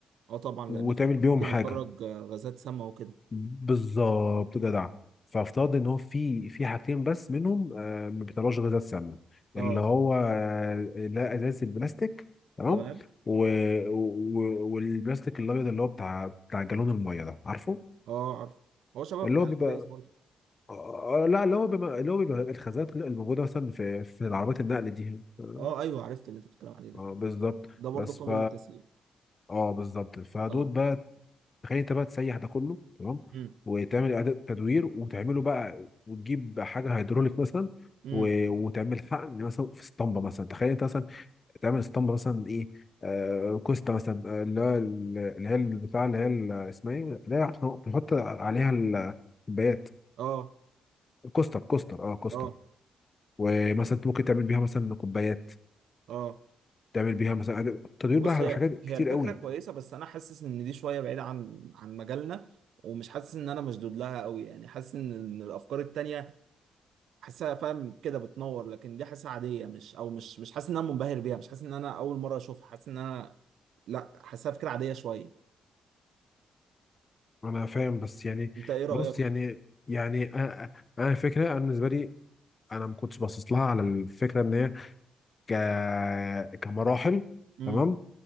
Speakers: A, on the right; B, on the left.
A: اه طبعا
B: وتعمل
A: لان في
B: بيهم
A: ممكن
B: حاجه
A: يخرج آه، غازات سامة وكده
B: بالظبط جدع فافترض ان هو في في حاجتين بس منهم آه، ما بيطلعوش غذاء السمنه
A: اه
B: اللي هو آه، لا ازاز البلاستيك تمام
A: تمام
B: و... و... والبلاستيك الابيض اللي هو بتاع بتاع جالون الميه ده عارفه
A: اه عارف هو شباب
B: اللي
A: بتاع
B: هو بيبقى
A: الازايز برضه
B: آه، آه، لا اللي هو بيبقى اللي هو بيبقى الخزانات اللي موجوده مثلا في في العربيات النقل دي آه،
A: اه ايوه عرفت اللي انت بتتكلم عليه ده
B: آه، بالظبط
A: ده برضه
B: بس
A: قابل
B: ف
A: للتسيير
B: اه بالظبط فدول
A: اه
B: بقى تخيل انت بقى تسيح ده كله تمام
A: امم
B: وتعمل اعاده تدوير وتعمله بقى وتجيب حاجه هيدروليك مثلا
A: امم
B: و- وتعمل حقن مثلا في اسطمبه مثلا تخيل انت مثلا تعمل اسطمبه مثلا ايه آه كوستا مثلا آه، اللي هو ال- اللي هي البتاع اللي هي ال- اسمها ايه اللي هي عشان بنحط عليها ال- الكوبايات
A: اه
B: كوستر كوستر اه كوستر
A: اه
B: ومثلا انت ممكن تعمل بيها مثلا كوبايات
A: اه
B: تعمل بيها مثلا إعادة- تدوير
A: بص
B: بقى على
A: هي
B: حاجات
A: هي
B: كتير
A: الفكره
B: قوي
A: كويسه بس انا حاسس ان دي شويه بعيده عن عن مجالنا ومش حاسس ان انا مشدود لها قوي يعني حاسس ان إن الافكار التانيه حاسسها فاهم كده بتنور لكن دي حاسسها عاديه مش او مش مش حاسس ان انا منبهر بيها مش حاسس ان انا اول مره اشوفها حاسس ان انا لا حاسسها فكره عاديه شويه
B: انا فاهم بس يعني
A: انت ايه رايك
B: بص يعني يعني انا أنا الفكره انا بالنسبه لي انا ما كنتش باصص لها على الفكره ان هي ك... كمراحل
A: امم
B: تمام